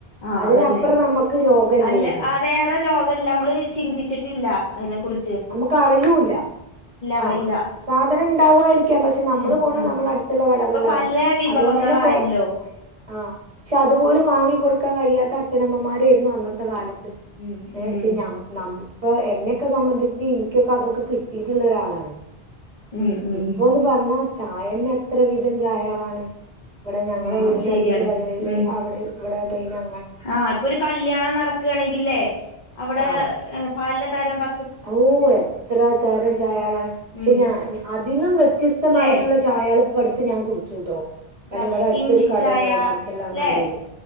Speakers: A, on the left; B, on the right.
A: ആ
B: അതിനപ്പുറം
A: അതന്നെ
B: നമ്മുക്ക് ലോകല്ലേരുന്നു
A: അല്ല വേറെ ലോകല്ല്യ നമ്മള് ചിന്തിച്ചി ഇല്ല അതിനെ കുറി
B: നമുക്ക് അറിയൂല്ല
A: അറിയില്ല
B: ആഹ് സാധനം ഇണ്ടാവായിരിക്കാം പക്ഷെ നമ്മള്
A: ഉം
B: പോണ
A: ഉം
B: നമ്മള അടുത്തുള്ള കടകളിൽ
A: ഇപ്പൊ പല
B: അങ്ങനെ
A: വിഭവങ്ങളായല്ലോ
B: അതുകൊണ്ട് തന്നെ പറ ആ പക്ഷെ അതുപോലും വാങ്ങികൊടു ക്കാൻ കഴിയാത്ത അച്ഛൻ അമ്മമാര് അന്നത്തെ കാലത്ത്
A: ഉം
B: ഏ
A: ഉം
B: ശരി നമ് നമ് ഇപ്പൊ എന്നെ ഒക്കെ സംബന്ധി ച്ച് എനിക്കൊക്കെ അതൊക്കെ കിട്ടീട്ടുള്ള ഒരാളാണ്
A: ഉം ഉം
B: ഇപ്പൊന്ന് പറഞ്ഞാ ചായ തന്നെ എത്ര വിധം ചായാളാണ് ഇവിടെ ഞങ്ങളെ
A: ആഹ്
B: വീടിന്റെ
A: അത് ശരിയാണ്
B: അടുത്ത് അതായത്
A: ഉം
B: അവിടെ- ഇവിടെ മെയിനാ
A: ആഹ് ഇപ്പൊ ഒരു കല്യാണം നടക്കുകയാണെങ്കില്ലേ അവിടെ
B: ആഹ്
A: പാല തരം പ
B: ഓ എത്ര തരം ചായകളാണ് ക്ഷെ
A: ഉം
B: ഞ ഞാ അപ് അതിനും വെ വ്യത്യസ്തമായിട്ടുള്ള
A: ല്ലേ
B: ചായകള് ഇപ്പടു ത്ത് ഞാൻ കുടിച്ചൂട്ടോ കാരണം
A: ഇതാ
B: ഇവിടെ അടുത്തൊരു
A: ഇഞ്ചിച്ചായ
B: കടയുണ്ട് ഇവിടെ അടുത്തുള്ള അങ്ങാടിയില്
A: ല്ലേ